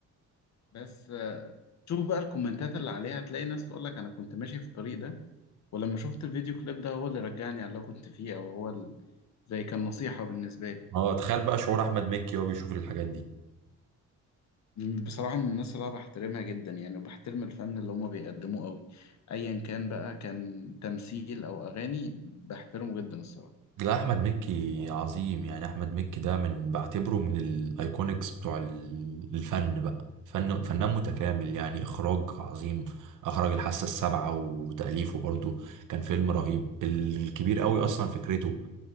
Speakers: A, on the left; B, on the right.
A: بس آه شوف بقى الكومنتات اللي عليها هتلاقي ناس تقول لك أنا كنت ماشي في الطريق ده ولما شفت الفيديو كليب ده هو اللي رجعني على اللي أنا كنت فيه أو هو ال... زي كان نصيحة بالنسبة لي
B: اه تخيل بقى شعور احمد مكي وهو بيشوف الحاجات دي
A: م- بصراحة من الناس اللي أنا بحترمها جدا يعني وبحترم الفن اللي هما بيقدموه قوي أيا كان بقى كان تمثيل أو أغاني بحترمه جدا الصراحة
B: لا احمد مكي عظيم يعني احمد مكي ده من بعتبره من الايكونكس بتوع ال- الفن بقى فن فنان متكامل يعني اخراج عظيم اخرج الحاسه السابعه وتاليفه برضو كان فيلم رهيب الكبير قوي اصلا فكرته